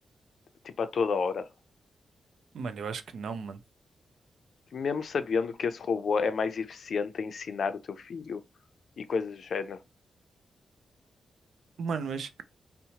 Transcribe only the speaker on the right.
Mano, eu acho que não, mano.
Mano, mas